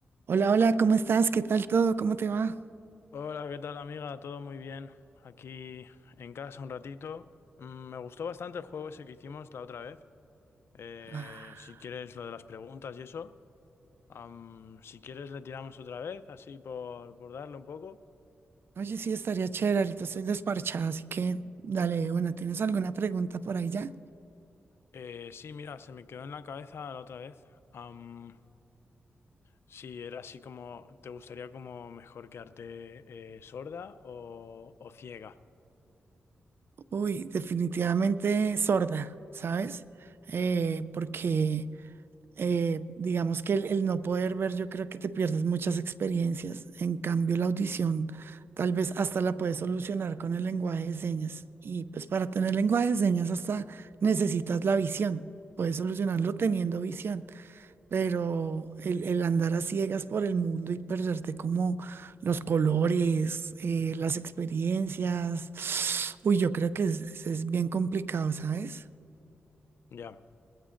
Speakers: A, on the right; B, on the left.
A: Hola, hola, ¿cómo estás? ¿Qué tal todo? ¿Cómo te va?
B: Hola, ¿qué tal amiga? Todo muy bien. Aquí en casa un ratito. Mm, Me gustó bastante el juego ese que hicimos la otra vez. Eh,
A: Ah,
B: si quieres lo de las preguntas y eso. Am, si quieres le tiramos otra vez, así por, por darle un poco.
A: oye, sí, estaría chévere, ahorita estoy desparchada, así que dale, bueno, ¿tienes alguna pregunta por ahí ya?
B: Eh, sí, mira, se me quedó en la cabeza la otra vez. Am, si era así como, ¿te gustaría como mejor quedarte eh, sorda o, o ciega?
A: Uy, definitivamente sorda, ¿sabes? Eh, porque eh, digamos que el, el no poder ver, yo creo que te pierdes muchas experiencias. En cambio, la audición tal vez hasta la puedes solucionar con el lenguaje de señas. Y pues para tener lenguaje de señas hasta necesitas la visión. Puedes solucionarlo teniendo visión. Pero el, el andar a ciegas por el mundo y perderte como los colores, eh, las experiencias, <sniffs> uy, yo creo que es, es- es bien complicado, ¿sabes?
B: Ya,